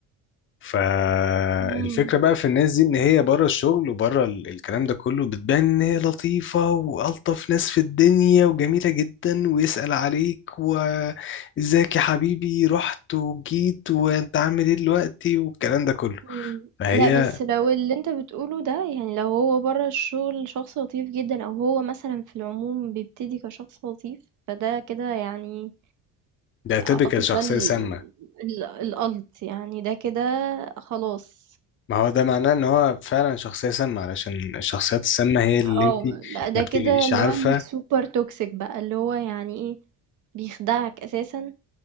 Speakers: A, on the left; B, on the right.
A: فالفكرة
B: إمم،
A: بقى في الناس دي ان هي بره الشغل وبره ال- الكلام ده كله بتبان ان هي لطيفة والطف ناس في الدنيا وجميلة جدا ويسأل عليك وازيك يا حبيبي رحت وجيت وانت عامل ايه دلوقتي والكلام ده كله
B: إمم.
A: فهي
B: لأ، بس لو اللي أنت بتقوله ده يعني لو هو برّه الشغل شخص لطيف جدًا أو هو مثلًا في العموم بيبتدي كشخص لطيف، فده كده يعني
A: ده تبقى
B: أعتقد
A: شخصية
B: ده ال
A: سامة
B: ال الألت يعني ده كده خلاص
A: ما هو ده معناه ان هو فعلا شخصية سامة علشان الشخصيات السامة هي اللي
B: آه،
A: انت
B: لأ ده
A: ما بتبقيش
B: كده اللي
A: عارفة
B: هو الsuper toxic بقى، اللي هو يعني إيه، بيخدعك أساسًا